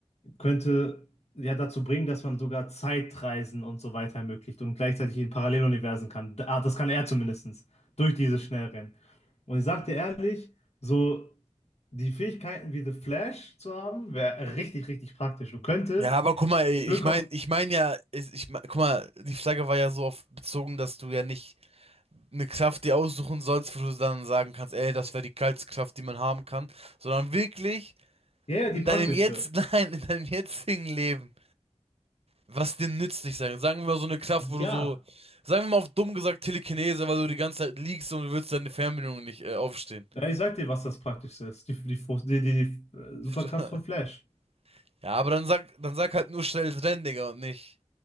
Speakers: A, on the left; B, on the right.
A: könnte ja dazu bringen, dass man sogar Zeitreisen und so weiter ermöglicht und gleichzeitig in Paralleluniversen kann. Ah, das kann er zumindestens durch dieses Schnellrennen. Und ich sag dir ehrlich, so die Fähigkeiten wie The Flash zu haben, wäre richtig, richtig praktisch. Du könntest
B: Ja, aber guck mal, ey,
A: in 0,
B: ich meine, ich meine ja, ich, ich mein, guck mal, die Frage war ja so oft bezogen, dass du ja nicht eine Kraft dir aussuchen sollst, wo du dann sagen kannst, ey, das wäre die geilste Kraft, die man haben kann, sondern wirklich
A: ja,
B: in
A: ja, die praktischste.
B: deinem jetzt, <laughs> nein, in deinem jetzigen Leben, was dir nützlich sein kann. Sagen wir mal so eine Kraft, wo du
A: Ja,
B: so, sagen wir mal auf dumm gesagt Telekinese, weil du die ganze Zeit liegst und du willst deine Fernbedienung nicht äh, aufstehen.
A: ja, ich sag dir, was das praktischste ist. Die, die, die, die, die
B: <laughs>
A: Superkraft von Flash.
B: Ja, aber dann sag, dann sag halt nur schnell rennen, Digga, und nicht